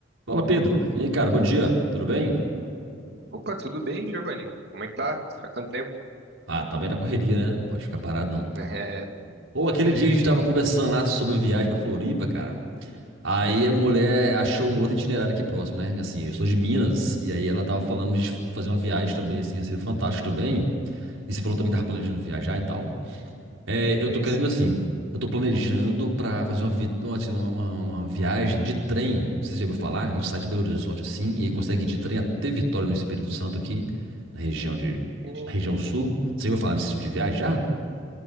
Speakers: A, on the right; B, on the right.
A: Fala, Pedro. E aí, cara, bom dia. Tudo bem?
B: Opa, tudo bem, Giovanni? Como é que tá? Faz quanto tempo?
A: Ah, também da correria, né? Não pode ficar parado, não.
B: É,
A: Ou aquele
B: isso
A: dia
B: aí.
A: que a gente tava conversando lá sobre viagem pra Floripa, cara. Aí a mulher achou um outro itinerário aqui próximo, né? Que, Assim, eu sou de Minas, e aí ela tava falando de fazer uma viagem também, assim, ia ser fantástico também. E você falou também que tava planejando viajar e tal. É,
B: Sim,
A: eu tô querendo
B: sim.
A: assim. Eu tô planejando pra fazer uma, vi- uma, assim, uma- uma viagem de trem. Não sei se você já ouviu falar. A gente sai de Belo Horizonte assim e consegue ir de trem até Vitória no Espírito Santo aqui, na região de,
B: Hum.
A: na região sul. Você já ouviu falar nesse tipo de viagem já?